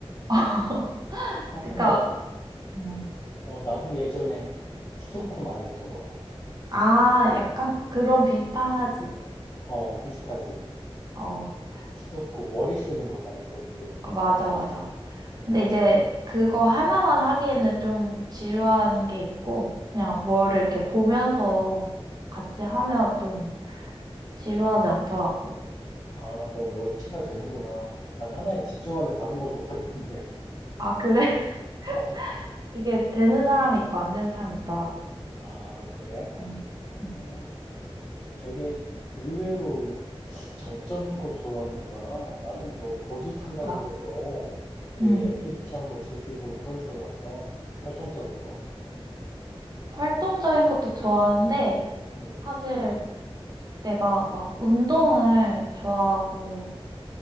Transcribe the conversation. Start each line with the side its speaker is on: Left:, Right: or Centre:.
Right: <laughs>
Left: 하긴
Right: 그러니까
Left: 뭐,
Right: 음.
Left: 어, 나도 예전에 스도쿠 많이 했던 것 같아.
Right: 아 약간 그런 비슷하지
Left: 어, 비슷하지.
Right: 어. 어.
Left: 스도쿠 머리 쓰는 거잖아, 그것도.
Right: 어, 맞아, 맞아.
Left: 음.
Right: 근데 이제 그거 하나만 하기에는 좀 지루한 게 있고, 그냥 뭐를 이렇게 보면서 같이 하면 좀 지루하지 않더라고.
Left: 아, 너 멀티가 되는구나. 난 하나에 집중하면 다른 걸 못하겠던데.
Right: 아, 그래?
Left: <laughs> 어,
Right: <laughs> 이게 되는 사람이 있고 안 되는 사람이 있더라고.
Left: 아, 그래?
Right: 어, 음. 음,
Left: 어, 되게 의외로 정적인 걸 좋아하는구나. 나는 너 보드 탄다고
Right: 맞아.
Left: 그래서 되게
Right: 음.
Left: 액티비티한 거 즐기고 그런 줄 알았어. 활동적인 거.
Right: 활동적인 것도 좋아하는데,
Left: 응,
Right: 사실 내가 막 운동을 좋아하고,